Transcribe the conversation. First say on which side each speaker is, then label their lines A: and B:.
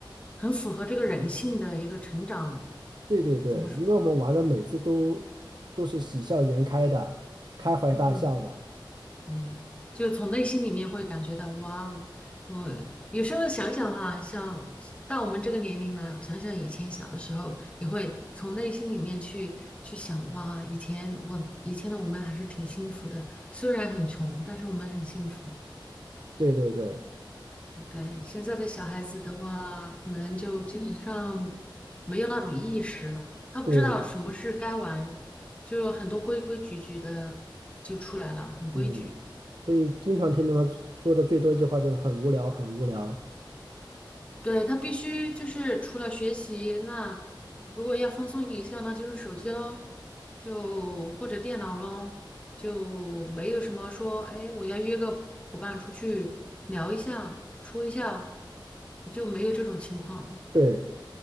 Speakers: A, on the left (about 15°); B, on the right (about 60°).
A: 很符合这个人性的一个成长，
B: 对对对，
A: 怎么说？
B: 因为我们玩的每次都都是喜笑颜开的，开怀大笑的。
A: 嗯，对，就是从内心里面会感觉到，哇哦，我有时候想想哈，像到我们这个年龄呢，想想以前小的时候，也会从内心里面去去想，哇，以前我以前的我们还是挺幸福的，虽然很穷，但是我们很幸福。
B: 对对对
A: 对，现在的小孩子的话，可能就基本上没有那种意识了，他不知道什么是该玩，
B: 对。
A: 就很多规规矩矩的就出来了，很规矩。
B: 嗯，所以经常听到他说的最多一句话就是很无聊，很无聊。
A: 对，他必须就是除了学习，那如果要放松一下，那就是手机喽，就或者电脑喽，就没有什么说，哎，我要约个伙伴出去聊一下，说一下，就没有这种情况。
B: 对，